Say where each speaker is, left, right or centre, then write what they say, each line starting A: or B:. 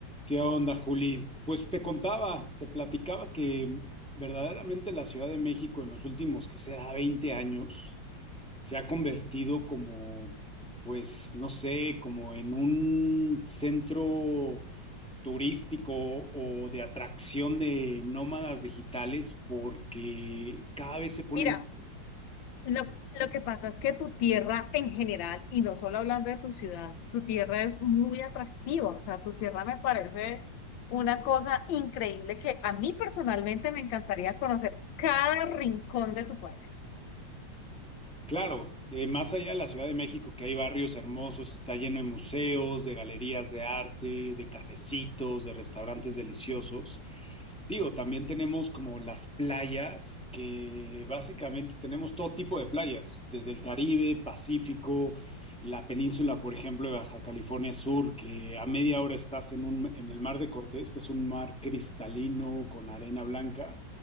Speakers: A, in the centre; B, on the left.
A: ¿Qué onda, Juli? Pues te contaba, te platicaba que verdaderamente la Ciudad de México en los últimos, que será 20 años, se ha convertido como, pues, no sé, como en un centro turístico o de atracción de nómadas digitales porque cada vez se pone
B: Mira,
A: más
B: lo, lo que pasa es que tu tierra en general, y no solo hablando de tu ciudad, tu tierra es muy atractiva. O sea, tu tierra me parece una cosa increíble que a mí personalmente me encantaría conocer cada rincón de tu país.
A: Claro, eh, más allá de la Ciudad de México, que hay barrios hermosos, está lleno de museos, de galerías de arte, de cafecitos, de restaurantes deliciosos. Digo, también tenemos como las playas, que básicamente tenemos todo tipo de playas, desde el Caribe, Pacífico, la península, por ejemplo, de Baja California Sur, que a media hora estás en un, en el Mar de Cortés, que es un mar cristalino con arena blanca.